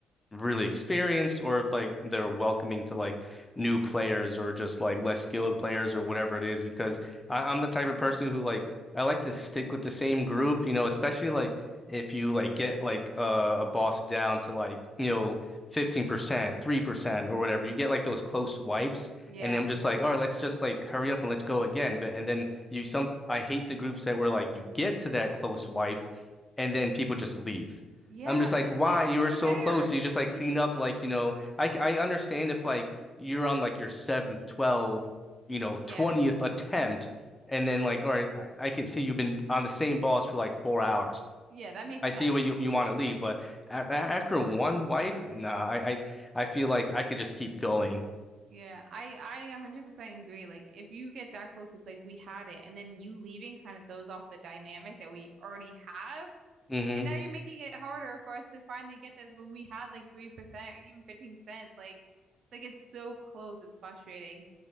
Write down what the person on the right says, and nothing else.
Yeah.
Yeah.
Cause,
like,
we were
there.
<laughs>
Yeah.
Yeah.
Yeah, that makes
sense.
Yeah, I I 100% agree. Like if you get that close, it's like we had it, and then you leaving kind of throws off the dynamic that we already have.
And now you're making it harder for us to finally get this when we had like 3% or even 15%. It's like it's like it's so close. It's frustrating.